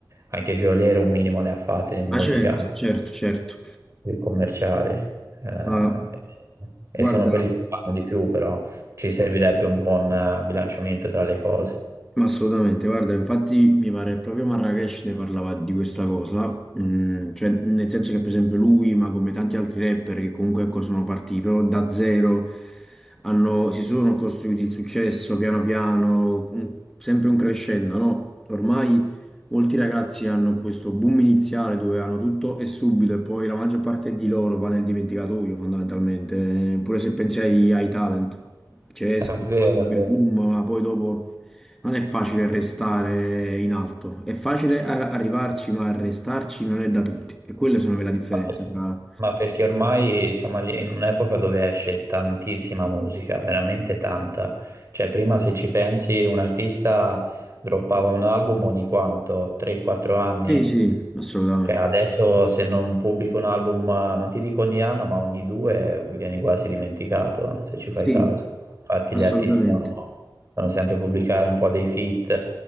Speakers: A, on the right (about 40°); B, in the centre.
A: Anche Geolier un minimo ne ha fatte di musica
B: Ah, certo, certo, certo.
A: più commerciale. eh,
B: Ma
A: e
B: guarda,
A: sono quelli
B: Mm.
A: che fanno di più, però ci servirebbe un buon eh, bilanciamento tra le cose.
B: Ma Assolutamente, guarda, infatti mi pare proprio Marrakesh ne parlava di questa cosa, mm, cioè nel senso che per esempio lui, ma come tanti altri rapper che comunque ecco, sono partiti proprio da zero, hanno- si sono costruiti il successo piano piano, un- sempre un crescendo, no? Ormai molti ragazzi hanno questo boom iniziale dove hanno tutto e subito e poi la maggior parte di loro va nel dimenticatoio fondamentalmente, eh, pure se pensi ai, ai talent, cioè escono,
A: È vero,
B: fanno
A: è
B: quel
A: vero.
B: boom, ma poi dopo... Non è facile restare in alto, è facile a- arrivarci, ma restarci non è da tutti. E quelle sono le la differenze
A: Vabbè.
B: tra...
A: Ma perché ormai siamo lì in un'epoca dove esce tantissima musica, veramente tanta. Cioè, prima se ci pensi, un artista droppava un album ogni quanto, 3-4 anni?
B: Sì, sì, assolutamente.
A: Cioè adesso se non pubblico un album, non ti dico ogni anno, ma ogni due vieni quasi dimenticato, se ci fai
B: Sì,
A: caso. Infatti
B: assolutamente.
A: gli artisti devono, devono sempre pubblicare un po' dei feat,